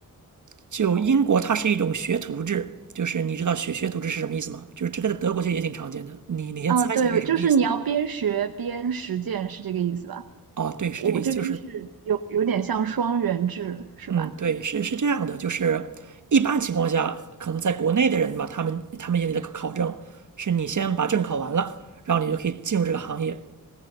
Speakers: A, on the right (about 55°); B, on the right (about 80°).
A: 就英国它是一种学徒制，
B: 哦，
A: 就是你知道学学徒制是什么意思吗？就是这个在德国其实也挺常见的。你你先猜一下这是什么意思？
B: 啊，对，就是你要边学边实践，是这个意思吧？
A: 哦，对，是这个意思，
B: 我这边是有有点像双元制，
A: 就是
B: 是吧？
A: 嗯，对，是是这样的，就是一般情况下，可能在国内的人吧，他们他们眼里的考证是你先把证考完了，然后你就可以进入这个行业。